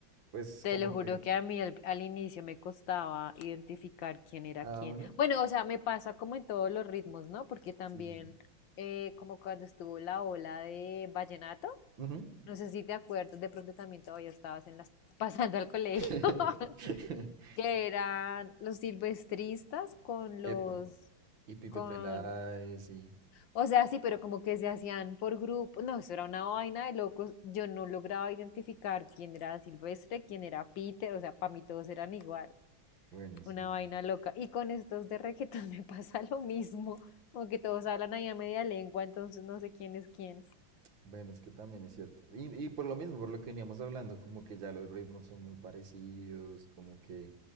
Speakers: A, on the right; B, on the left.
A: pues
B: Te
A: como
B: lo juro
A: que
B: que a mí al, al inicio me costaba identificar quién era
A: cada
B: quién.
A: uno.
B: Bueno, o sea, me pasa como en todos los ritmos, ¿no? Porque también,
A: Sí, sí, sí.
B: eh, como cuando estuvo la ola de vallenato
A: Ujú.
B: No sé si te acuerdas, de pronto también todavía estabas en las, <laughs> pasando al colegio,
A: <laughs>
B: <laughs> que eran los silvestristas con
A: Epa,
B: los,
A: y Pipe
B: con,
A: Peláez, y
B: o sea, sí, pero como que se hacían por grupo, no, eso era una vaina de locos, yo no lograba identificar quién era Silvestre, quién era Peter, o sea, para mí todos eran igual,
A: bueno,
B: una
A: sí.
B: vaina
A: sí.
B: loca. Y con estos de reggaetón <laughs> me pasa lo mismo, como que todos hablan ahí a media lengua, entonces no sé quién es quién.
A: Bueno, es que también es cierto. Y, y por lo mismo, por lo que veníamos hablando, como que ya los ritmos son muy parecidos, como que